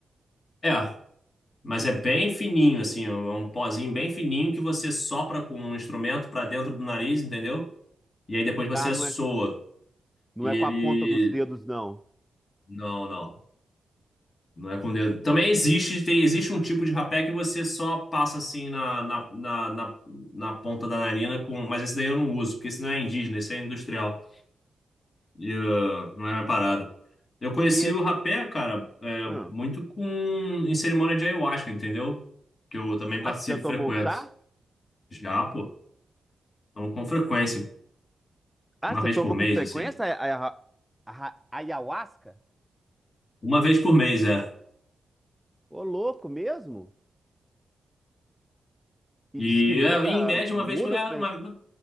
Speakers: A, on the left; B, in the centre.
A: É. Mas é bem fininho, assim, é um pozinho bem fininho que você sopra com um instrumento pra dentro do nariz, entendeu? E aí depois você
B: Ah, não
A: soa.
B: é, não
A: E
B: é
A: ele.
B: com a ponta dos dedos, não.
A: Não, não. Não é com dedo. Também existe, tem, existe um tipo de rapé que você só passa assim na, na, na, na, na ponta da narina com. Mas esse daí eu não uso, porque esse não é indígena, esse é industrial. E ah, não é minha parada. Eu conheci
B: E esse...
A: o rapé, cara, é,
B: Ah,
A: muito com em cerimônia de ayahuasca, entendeu? Que eu também
B: Ah,
A: participo,
B: você já tomou
A: e frequento.
B: chá?
A: Já, pô. Então, com frequência,
B: Ah,
A: uma
B: você
A: vez
B: toma
A: por mês,
B: com frequência
A: assim.
B: a, a- a- a- ayahuasca?
A: Uma vez por mês, é.
B: Ô, louco mesmo? E
A: E
B: diz que muda,
A: é, em média,
B: muda
A: uma vez por é,
B: o...
A: uma-